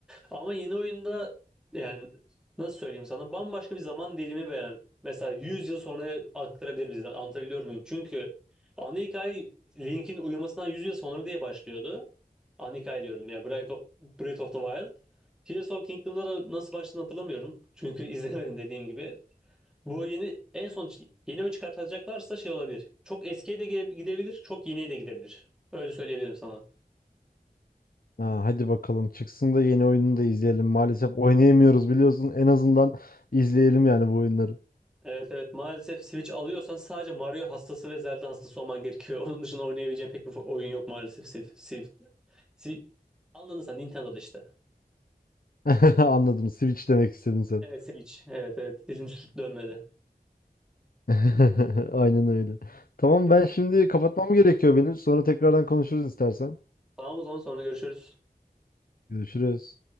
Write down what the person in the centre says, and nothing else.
Ama yeni oyunda yani nasıl söyleyeyim sana bambaşka bir zaman dilimi veya mesela 100 yıl sonra aktarabilir bizi. Anlatabiliyor muyum? Çünkü ana hikaye Link'in uyumasından 100 yıl sonra diye başlıyordu. Anika diyorum ya. Breath of, Breath of the Wild. Tears of Kingdom'da da nasıl başladığını hatırlamıyorum. Çünkü <laughs> izlemedim dediğim gibi. Bu yeni en son çı- yeni oyun çıkartacaklarsa şey olabilir. Çok eskiye de gide- gidebilir, çok yeniye de gidebilir. Öyle söyleyebilirim sana.
Evet evet maalesef Switch alıyorsan sadece Mario hastası ve Zelda hastası olman gerekiyor. <laughs> Onun dışında oynayabileceğin pek bir fo- oyun yok maalesef. Siv, Siv, Siv. Anladın sen Nintendo'da işte.
Evet Switch. Evet evet dilim sürçüp dönmedi.
Peki
tamam o zaman sonra görüşürüz.